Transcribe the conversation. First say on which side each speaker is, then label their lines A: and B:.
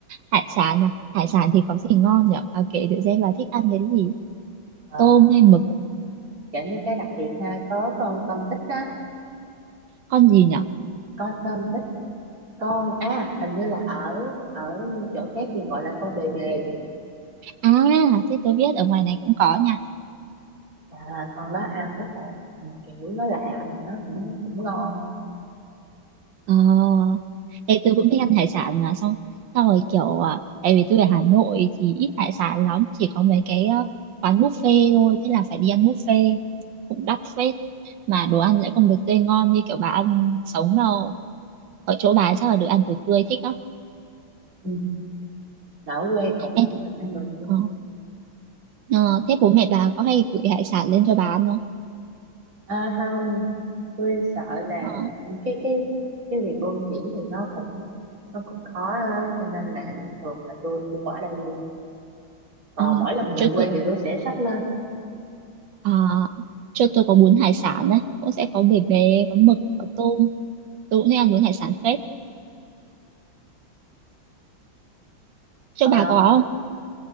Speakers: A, on the right; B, on the right.
A: hải sản à hải sản thì có gì ngon nhỉ à, kể thử xem là thích ăn cái gì
B: ờ,
A: tôm hay mực
B: kể mấy cái đặc biệt ha có con tôm tích á
A: con gì nhỉ
B: con tôm tích con à hình như là ở ở chỗ khác thì gọi là con bề bề
A: à thế tôi biết ở ngoài này cũng có nha
B: à, con đó ăn rất là ừ, kiểu nó lạ mà nó cũng cũng ngon á.
A: ờ thế tôi cũng thích ăn hải sản mà xong xong rồi kiểu à, tại vì tôi ở Hà Nội thì ít hải sản lắm chỉ có mấy cái ờ, quán buffet thôi thế là phải đi ăn buffet cũng đắt phết mà đồ ăn lại không được tươi ngon như kiểu bà ăn sống đâu ở chỗ bà chắc là được ăn đồ tươi thích lắm
B: ừ. ở quê cũ
A: Em-
B: thì được ăn đồ tươi
A: Ờ, ờ, thế bố mẹ bà có hay gửi hải sản lên cho bà ăn không?
B: À, không tôi sợ là
A: Ờ.
B: cái cái cái việc luân chuyển thì nó cũng nó cũng khó á, cho nên là thường là tôi mua ở đây luôn còn
A: À,
B: mỗi lần
A: cho
B: về quê
A: tôi
B: thì tôi sẽ xách lên
A: à, cho tôi có bún hải sản đấy cũng sẽ có bể bề có mực có tôm tôi cũng thích ăn bún hải sản phết cho
B: Ờ,
A: bà có không